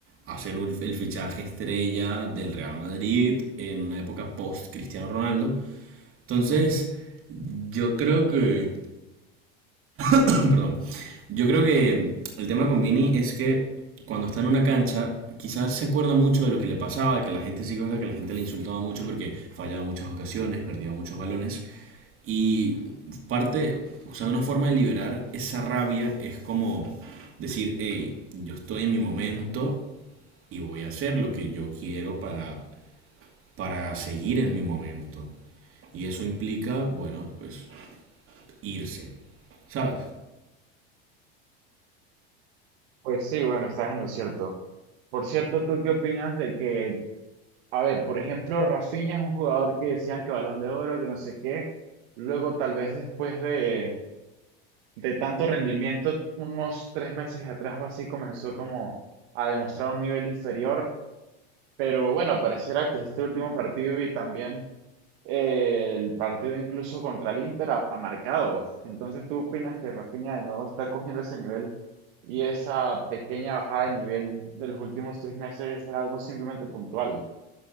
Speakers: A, on the right; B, on the right.
A: a ser un- el fichaje estrella del Real Madrid en una época post Cristiano Ronaldo. Entonces, yo creo que <coughs> Perdón. Yo creo que el tema con Vini es que cuando está en una cancha, quizás se acuerda mucho de lo que le pasaba, de que la gente sí que es verdad que la gente le insultaba mucho porque fallaba muchas ocasiones, perdía muchos balones. Y parte, o sea, una forma de liberar esa rabia es como decir, hey, yo estoy en mi momento y voy a hacer lo que yo quiero para, para seguir en mi momento. Y eso implica, bueno, pues irse, ¿sabes?
B: Pues sí, bueno, estás en lo cierto. Por cierto, ¿tú qué opinas de que, a ver, por ejemplo, Rafinha es un jugador que decían que Balón de Oro, yo no sé qué, luego tal vez después de, de tanto rendimiento, unos tres meses atrás o así comenzó como a demostrar un nivel inferior. Pero bueno, pareciera que este último partido y también eh, el partido incluso contra el Inter ha, ha marcado. Entonces, ¿tú opinas que Rafinha de nuevo está cogiendo ese nivel y esa pequeña bajada de nivel de los últimos tres meses era algo simplemente puntual?